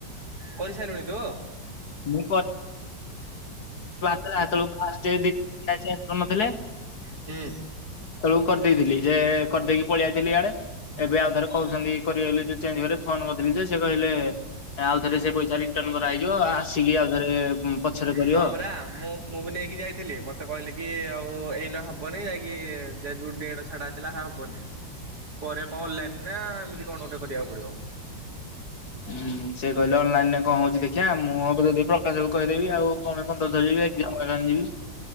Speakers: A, on the right (about 50°); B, on the left (about 55°).
A: କରିସାରିଲୁଣି ତୁ?
B: ମୁଁ ହେଲା ଏତଳକୁ ଫାଷ୍ଟଏର୍ <unintelligible> ଚେଞ୍ଜ କରିନଥିଲେ।
A: ହୁଁ ଉ
B: ତଳକୁ କରିଦେଇଥିଲି, ଯେ -କରିଦେଇକି ପଳେଇଆଇଥିଲି ଇଆଡେ। ଏବେ ଆଉ ଥରେ କହୁଛନ୍ତି କରିବେ ବୋଲି ଯେ, ଚେଞ୍ଜ କରିବେ, ଫୋନ କରିଥିଲି ଯେ ସେ କହିଲେ ଆଉଥରେ ସେ ପଇସା ରିଟର୍ଣ କରାହେଇଯିବ ଆସିକି ଆଉଥରେ ପଛରେ କରିବ।
A: ହଁମରା ମୁଁ ମୁଁ ବି ନେଇକି ଯାଇଥିଲି ମତେ କହିଲି କି ଆଉ ଏଇ ନା ହବନି ଯାଇକି ଜେଡ ଯୁଡ ଡେଡ ଛାଡା ହେଇଥିଲା ହେରା ହବନି। ପରେ କଲାଣୀ ନା ଏମତି କଣ ଗୋଟେ କରିବାକୁ ପଡିବ।
B: ହୁଁ ସେ କହିଲେ ଅନଲାଇନ ରେ କଣ ହଉଛି ଦେଖିବା ମୁଁ ହବ ଯଦି ପ୍ରକାଶକୁ କହିଦେବି ଆଉ କଣପାଇଁ। <unintelligible> <unintelligible>